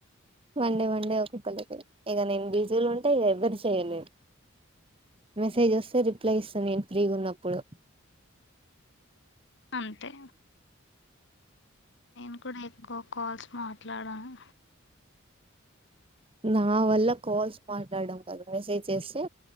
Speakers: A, on the right; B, on the left.
A: వండే వండే ఒకోక్కలికి ఇక నేను బిజి లో ఉంటే ఇక ఎవరికి చేయను మెసేజ్ వస్తే రిప్లై ఇస్తాను నేను ఫ్రీగా ఉన్నప్పుడు
B: అంతే నేను కూడా ఎక్కువ కాల్స్ మాట్లాడాను
A: నా వల్ల కాల్స్ మాట్లాడం కాద మెసేజ్ చేస్తే